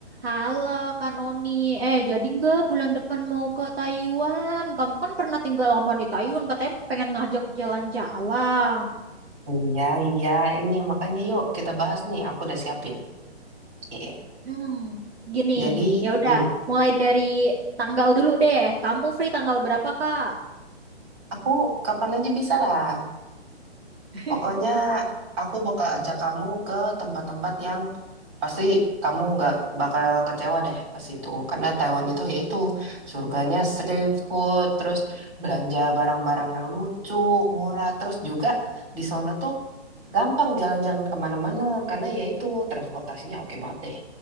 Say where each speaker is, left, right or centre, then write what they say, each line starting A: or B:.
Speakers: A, on the right (about 65°); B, on the right (about 30°).
A: Halo Kak Noni, eh jadi nggak bulan depan mau ke Taiwan? Kamu kan pernah tinggal lama di Taiwan, katanya pengen ngajak jalan-jalan.
B: Iya, iya, ini makanya yuk kita bahas nih. Aku udah siapin. Iya.
A: Hmm, gini,
B: Jadi,
A: ya udah,
B: mm,
A: mulai dari tanggal dulu deh. Kamu free tanggal berapa Kak?
B: aku kapan aja bisa lah.
A: <laughs>
B: Pokoknya aku bakal ajak kamu ke tempat-tempat yang pasti kamu nggak bakal kecewa deh ke situ. Karena Taiwan itu yaitu surganya street food, terus belanja barang-barang yang lucu, murah, terus juga di sana tuh gampang jalan-jalan kemana-mana karena yaitu transportasinya oke banget deh.